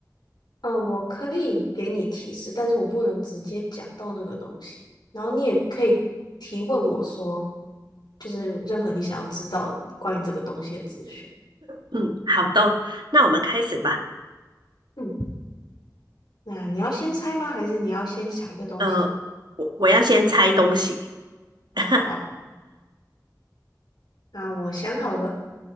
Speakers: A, on the left; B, on the right.
A: 嗯、我可以给你提示，但是我不能直接讲到那个东西。然后你也可以提问我说，就是任何你想要知道的关于这个东西的资讯。
B: 嗯，好的哦，那我们开始吧。
A: 嗯，那你要先猜吗？还是你要先想一个东西？
B: 呃，我我要先猜东西，<laughs>
A: 好，那我想好了。